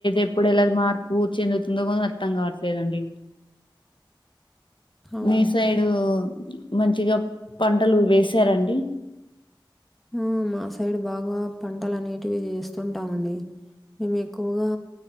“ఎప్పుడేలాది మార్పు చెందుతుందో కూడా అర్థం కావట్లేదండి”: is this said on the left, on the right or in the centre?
Left